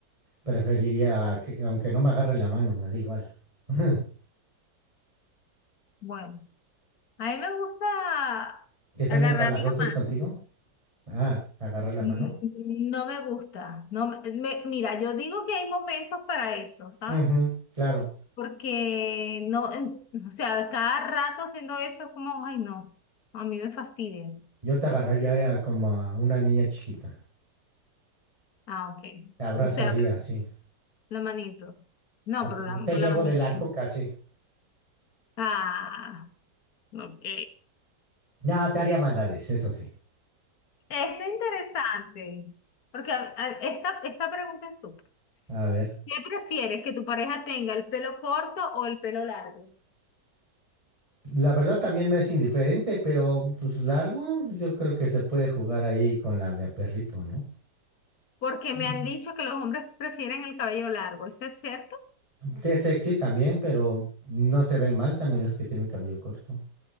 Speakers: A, on the right; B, on the left.
A: preferiría que, aunque no me agarre la mano, me da igual. <laughs>
B: Bueno, a mí me gusta
A: ¿Que sean
B: agarrar
A: empalagosos
B: la mano.
A: contigo? Ah, agarra la
B: Mm,
A: mano.
B: No me gusta. No me- me- mira, yo digo que hay momentos para eso, ¿sabes?
A: Ujú, claro.
B: Porque no, en- o sea, cada rato haciendo eso es como, ay, no, a mí me fastidia,
A: Yo te agarraría
B: ¿sabes?
A: como a una niña chiquita.
B: Ah, ok.
A: Te abrazaría
B: O sea,
A: así.
B: la manito. No,
A: O
B: pero
A: te,
B: la,
A: o te
B: por
A: llevo
B: la manito.
A: de la nuca sí.
B: Ah, ok.
A: No, te haría maldades, eso sí.
B: Es interesante, porque a- a- esta, esta pregunta es súper.
A: A ver.
B: ¿Qué prefieres, que tu pareja tenga el pelo corto o el pelo largo?
A: La verdad también me es indiferente, pero pues largo, pues, yo creo que se puede jugar ahí con la de a perrito, ¿no?
B: Porque
A: Ujú.
B: me han dicho que los hombres prefieren el cabello largo, ¿eso es cierto?
A: Que es sexy también, pero no se ven mal también las que tienen cabello corto.